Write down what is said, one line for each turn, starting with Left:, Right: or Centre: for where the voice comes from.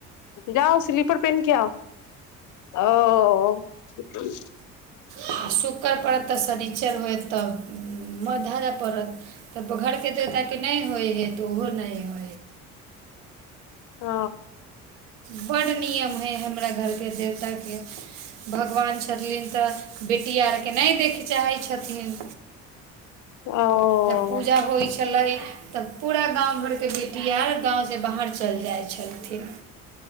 Left: जाउ स्लीपर पेन्ट के आउ ओ
Right: आ शुक्र पड़त तऽ शनिचर होयत तऽ मऽ धऽ जाय पड़त तऽ घरके देवताके। नहि होय हे तऽ ओहो नहि हो
Left: ह
Right: बर नियम हय हमरा घर के देंवता के भगवान छथिन। तऽ बेटी आरके नहि देखैय चाहै छथिन।
Left: ओ ओ
Right: जब पूजा होइ छलै तब पूरा गाँव घरके बेटी आर गाँवसँ बाहर चलि जाइ छलथिन